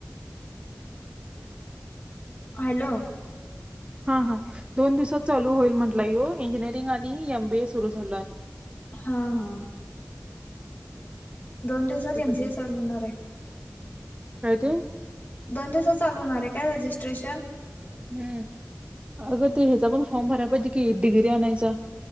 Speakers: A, on the left (about 40°); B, on the right (about 20°).
A: हॅलो
B: हा हा दोन दिवसात चालू होईल म्हंटलं यो इंजिनिअरिंग आणि एम बी ए सुरू झालं आहे
A: हा हा दोन दिवसात
B: ते
A: एमजीए
B: कधी
A: चालू होणार आहे
B: काय ते
A: दोन दिवसात चालू होणार आहे काय रिजिस्ट्रेशन
B: हम्म अगं ते हेजा पण फॉर्म भरायं पाहिजे कि डिग्री आणायचा